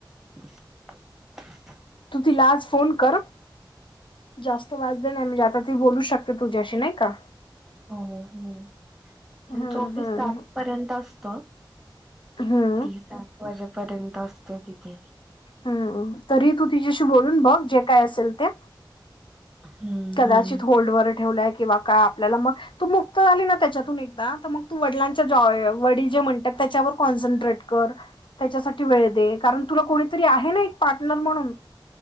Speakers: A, in the centre; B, on the left.
A: <inaudible>
B: तू तिला आज फोन कर. जास्त वाजले नाही म्हणजे आता ती बोलू शकते तुझ्याशी नाही का?
A: हो, हम्म. त्यांचं
B: हम्म
A: ऑफिस
B: हम्म
A: सातपर्यंत असतं,
B: हम्म
A: ती सात वाजेपर्यंत असते तिथे.
B: हम्म तरी तू तिच्याशी बोलून बघ जे काय असेल ते.
A: हम्म
B: कदाचित
A: हम्म.
B: होल्डवर ठेवलाय किंवा काय आपल्याला मग तू मुक्त झाली ना त्याच्यातून एकदा तर मग तू वडिलांच्या जॉ वडील जे म्हणतात तेच्यावर कॉन्सन्ट्रेट कर. त्याच्यासाठी वेळ दे कारण तुला कोणीतरी आहे ना एक पार्टनर म्हणून.